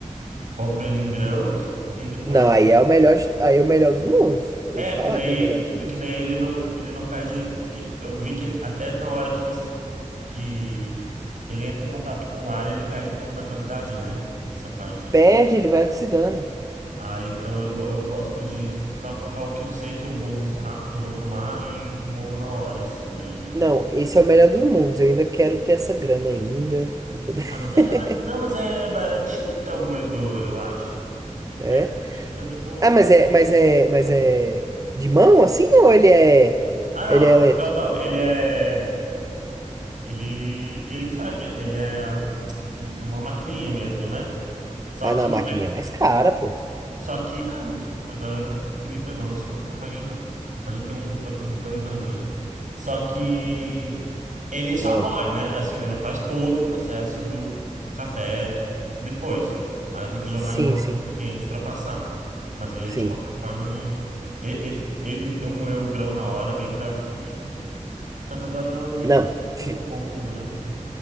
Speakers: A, on the right; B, on the right.
A: compro ele em grãos e depois
B: Não, aí é o melhor, de- aí é o melhor dos mundos.
A: É,
B: Vou te falar
A: porque daí,
B: que é o melhor dos mundos.
A: porque daí ele não, ele não perde, porque eu vi que até na hora que você que ele entra em contato com o ar, ele perde um pouco da qualidade, né? Essa parte do
B: Perde, ele vai oxidando.
A: Ah, então eu, go- eu gosto de só colocar o que eu sei que eu vou usar, que eu vou tomar e moo na hora, assim. Aí.
B: Não, esse é o melhor dos mundos. Eu ainda quero ter essa grana ainda pra poder.
A: Ah, mas é,
B: <laughs>
A: é mas- não, mas é baratinho até o moedor, eu acho.
B: É.
A: É, tipo, é de boa.
B: Ah, mas é, mas é, mas é de mão assim ou ele é
A: Ah, não.
B: ele é elétrico?
A: Não, não. Ele é. Ele, ele que faz mesmo. Ele é hum, uma maquininha mesmo, né? Só
B: Ah,
A: que
B: não, a
A: não
B: maquininha
A: é.
B: é mais cara, pô.
A: Só que. Ah, não, agora não se me pegou, não sei quanto que eu paguei, não. Mas eu tenho uns, do- uns dois anos já. Só que ele só
B: Não.
A: morre, né? Assim, ele não faz todo o processo do café depois. Aí eu tenho que jogar
B: Sim,
A: em outro
B: sim.
A: recipiente para passar. Mas ele,
B: Sim.
A: de qualquer forma, é... e- e- ele, eu moer o grão na hora é bem melhor do que. Só que agora eu não lembro nem
B: Não,
A: de quanto
B: fi-
A: que eu compro o grão.